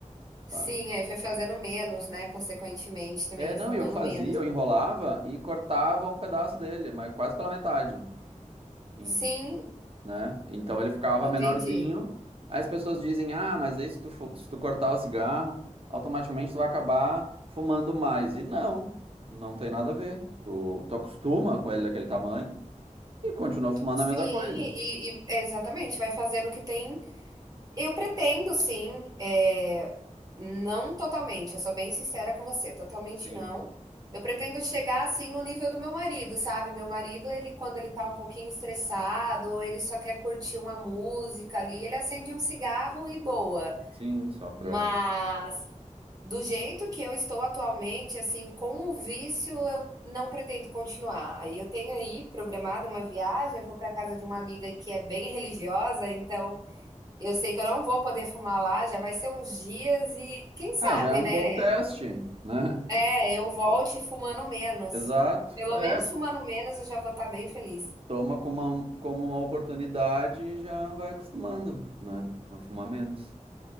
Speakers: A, on the right (about 45°); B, on the right (about 30°).
A: sabe?
B: Sim, aí foi fazendo menos, né? Consequentemente também,
A: É, não,
B: fumando
A: e eu fazia,
B: menos.
A: eu enrolava e cortava um pedaço dele, mas quase pela metade, em-
B: Sim,
A: né? Então ele ficava
B: entendi.
A: menorzinho. Aí as pessoas dizem, ah, mas aí se tu, fu- se tu cortar o cigarro, automaticamente tu vai acabar fumando mais. E não, não tem nada a ver. Tu, tu acostuma com ele daquele tamanho e continua fumando
B: Sim,
A: a mesma coisa.
B: e, e- é, exatamente, vai fazendo o que tem. Eu pretendo, sim, é, não totalmente, eu sou bem sincera com você, totalmente
A: Sim,
B: não. Eu pretendo chegar assim no nível do meu marido, sabe? Meu marido, ele quando ele tá um pouquinho estressado, ou ele só quer curtir uma música ali, ele acende um cigarro e boa.
A: sim, só pra...
B: Mas do jeito que eu estou atualmente, assim, com o vício, eu não pretendo continuar. Aí eu tenho aí programada uma viagem, eu vou para casa de uma amiga que é bem religiosa, então eu sei que eu não vou poder fumar lá, já vai ser uns dias e quem sabe,
A: Ah, já é um
B: né?
A: bom teste, né?
B: É, eu volte fumando menos.
A: Exato.
B: Pelo
A: É,
B: menos fumando menos, eu já vou estar bem feliz.
A: Toma como uma, como uma oportunidade e já vai acostumando, né? A fumar menos.